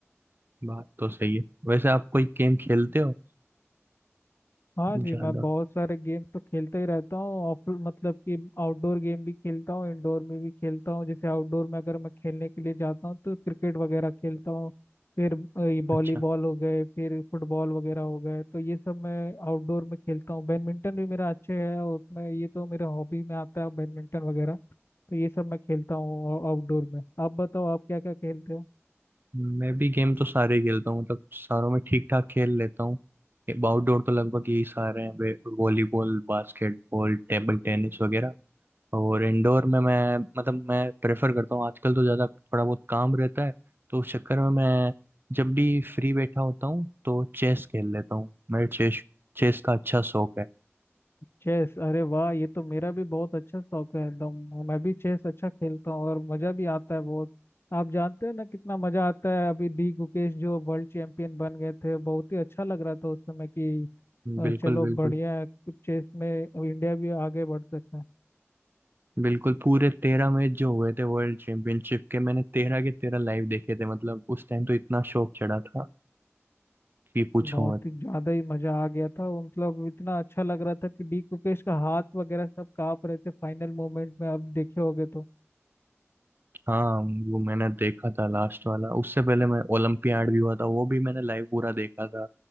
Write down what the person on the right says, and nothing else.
बात तो सही है वैसे आप कोई गेम खेलते हो
ज्यादा
अच्छा
मैं भी गेम तो सारे ही खेलता हूँ मतलब सारों में ठीक ठाक खेल लेता हूँ आउटडोर तो लगभग यही सारे हैं वे- वॉलीबॉल बास्केटबॉल टेबल टेनिस वगैरह और इंडोर में मैं मतलब मैं प्रेफर करता हूँ आजकल तो ज़्यादा थोड़ा बहुत काम रहता है तो उस चक्कर में मैं जब भी फ्री बैठा होता हूँ तो चेस खेल लेता हूँ मेरे चेस चेस का अच्छा शौक है
बिल्कुल
बिल्कुल
बिल्कुल पूरे तेरह मैच जो हुए थे वर्ल्ड चैंपियनशिप के मैंने तेरह के तेरह लाइव देखे थे मतलब उस टाइम तो इतना शौक चढ़ा था कि पूछो
हाँ वो मैंने देखा था लास्ट वाला उससे पहले मैं ओलंपियाड भी हुआ था वो भी मैंने लाइव पूरा देखा था